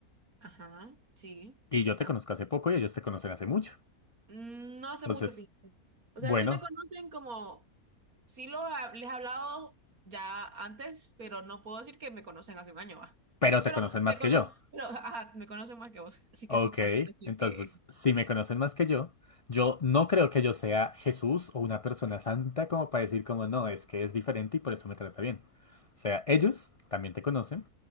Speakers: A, on the right; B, on the left.
A: Ajá, sí.
B: Y yo te
A: Ajá.
B: conozco hace poco y ellos te conocen hace mucho.
A: Mm, No hace
B: Entonces,
A: mucho, fíjate. O
B: bueno,
A: sea, sí me conocen como, sí los, ha- les he hablado ya antes, pero no puedo decir que me conocen hace un año, va.
B: pero
A: Pero
B: te conocen más
A: te cono,
B: que yo.
A: pero ajá, me conocen más que vos, así
B: Ok,
A: que sí puedo decir
B: entonces,
A: que,
B: si me conocen más que yo, yo no creo que yo sea Jesús o una persona santa como para decir como no, es que es diferente y por eso me trata bien. O sea, ellos también te conocen